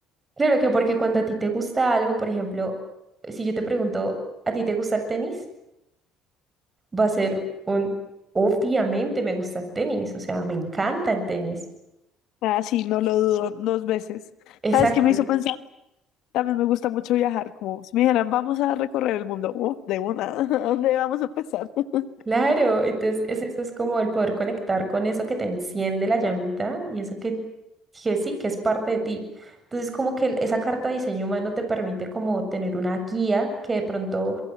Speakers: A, on the right; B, on the left.
A: claro que porque cuando a ti te gusta algo, por ejemplo, si yo te pregunto, ¿a ti te gusta el tenis? Va a ser un, obviamente me gusta el tenis, o sea, me encanta el tenis.
B: Ah, sí, no lo dudo dos veces.
A: Exacto.
B: ¿Sabes qué me hizo pensar? También me gusta mucho viajar, como si me dijeran, vamos a recorrer el mundo, uf, de una, <laughs> ¿a dónde vamos a empezar? <laughs>
A: Claro, entonces es, eso es como el poder conectar con eso que te enciende la llamita y eso que, que sí, que es parte de ti. Entonces como que el- esa carta de diseño humano te permite como tener una guía que de pronto